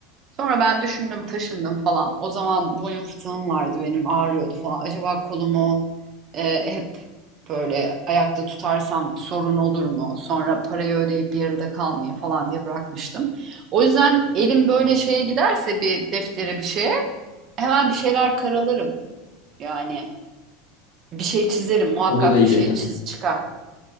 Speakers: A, on the right; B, on the left.
A: Sonra ben düşündüm, taşındım falan. O zaman boyun fıtığım vardı benim, ağrıyordu falan. Acaba kolumu e, hep böyle ayakta tutarsam sorun olur mu? Sonra parayı ödeyip yarıda kalmayayım falan diye bırakmıştım. O yüzden elim böyle şeye giderse bir deftere bir şeye hemen bir şeyler karalarım. Yani bir şey çizerim, muhakkak
B: Onda da iyi
A: bir şey
B: değilim.
A: çiz çıkar.